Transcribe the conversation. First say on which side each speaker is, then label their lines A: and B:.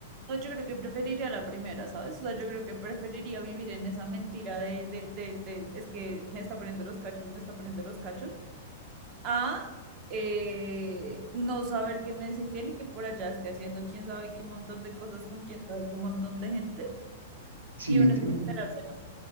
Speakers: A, on the right; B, on the right.
A: No, yo creo que preferiría la primera, ¿sabes? O sea, yo creo que preferiría vivir en esa mentira de, de, de, de es que me está poniendo los cachos y me está poniendo los cachos, a eh, no saber que me es infiel y que por allá esté haciendo quién sabe qué montón de cosas con quién sabe qué montón de gente
B: Sí,
A: y uno se
B: <clears throat>
A: va
B: uy,
A: a enterarse, ¿no?